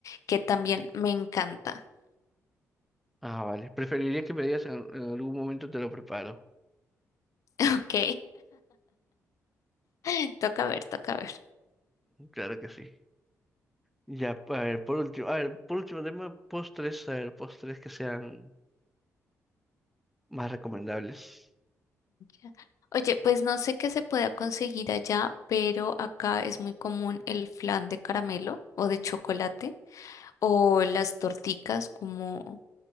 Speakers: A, on the left; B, in the centre.
A: que también me encanta. <laughs>
B: Ah, vale. Preferiría que me digas en, en algún momento te lo preparo.
A: Ok, <laughs> toca ver, toca ver.
B: Claro que sí. Ya, a ver, por último, a ver, por último tema, postres, a ver, postres que sean más recomendables.
A: Ya. Oye, pues no sé qué se pueda conseguir allá, pero acá es muy común el flan de caramelo o de chocolate o las torticas como